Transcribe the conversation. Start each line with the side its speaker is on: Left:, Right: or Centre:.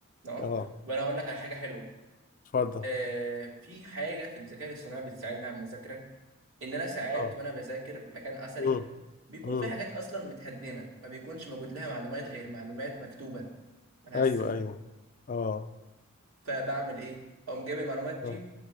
Right: اه
Left: اه
Right: طب انا هقول لك على حاجة حلوة
Left: اتفضل
Right: آه في حاجة في الذكاء الاصطناعي بتساعدني على المذاكرة ان انا ساعات
Left: اه
Right: وانا بذاكر مكان اثري
Left: امم
Right: بيكون
Left: امم
Right: في حاجات اصلا متهدمة ما بيكونش موجود لها معلومات غير معلومات مكتوبة ملهاش
Left: ايوه
Right: صور
Left: ايوه اه
Right: فبعمل ايه؟ اقوم جايب المعلومات دي
Left: اه